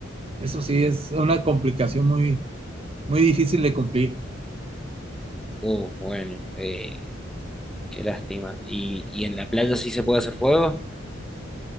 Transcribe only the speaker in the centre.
Uh, bueno, eh, qué lástima. ¿Y, y en la playa sí se puede hacer fuego?